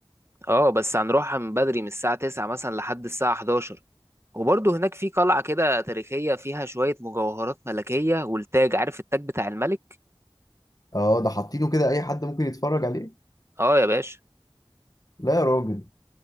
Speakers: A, on the right; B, on the left.
A: اه بس هنروحها من بدري من الساعة 9 مثلا لحد الساعة 11 وبرضه هناك في قلعة كده تاريخية فيها شوية مجوهرات ملكية والتاج عارف التاج بتاع الملك
B: اه ده حاطينه كده اي حد ممكن يتفرج عليه
A: اه يا باشا
B: لا يا راجل